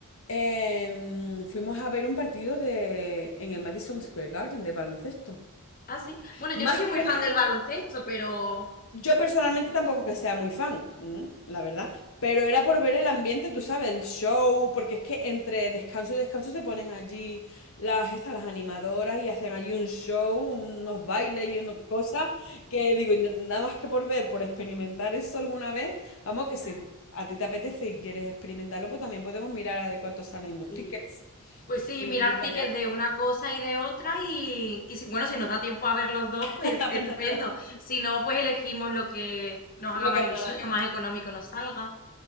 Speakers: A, on the left; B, on the left.
A: em, fuimos a ver un partido de en el Madison Square Garden de baloncesto.
B: Ah, sí. Bueno,
A: Más
B: yo no soy muy
A: que
B: fan
A: nada
B: del baloncesto, pero
A: Yo personalmente tampoco que sea muy fan, mm, la verdad, pero era por ver el ambiente, tú sabes, el show, porque es que entre descanso y descanso se ponen allí las estas, las animadoras y hacen allí un show, unos bailes y unas cosas que digo, yo nada más que por ver, por experimentar eso alguna vez, vamos que
B: claro,
A: si a ti te apetece y quieres experimentarlo, pues también podemos mirar a de cuánto salen los
B: sí.
A: tickets
B: Pues sí,
A: y
B: mirar
A: ir para
B: tickets
A: allá.
B: de una cosa y de otra y, y si- bueno, si nos da tiempo a ver los dos, pues
A: <laughs>
B: estupendo. Si no, pues elegimos lo que nos haga
A: Lo
B: más
A: que nada,
B: ilusión, lo más económico nos salga